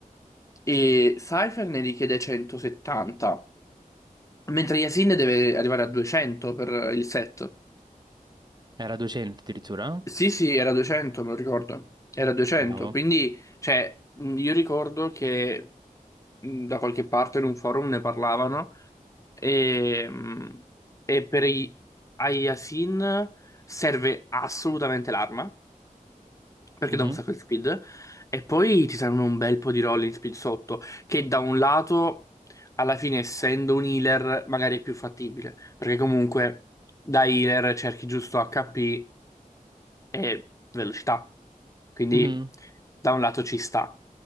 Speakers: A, on the left; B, on the right.
A: e Cypher ne richiede 170. Mentre Yasin deve arrivare a 200 per il set.
B: era 200 addirittura.
A: Sì,
B: eh?
A: sì, era 200, me lo ricordo. Era 200,
B: Wow.
A: quindi, cioè, mh, io ricordo che mh, da qualche parte in un forum ne parlavano e, mh, e per i Ayasin serve assolutamente l'arma, perché
B: Mhm,
A: dà un sacco di speed, e poi ti servono un bel po' di rolling speed sotto, che da un lato, alla fine, essendo un healer, magari è più fattibile, perché comunque da healer cerchi giusto HP e velocità. Quindi
B: mhm.
A: da un lato ci sta.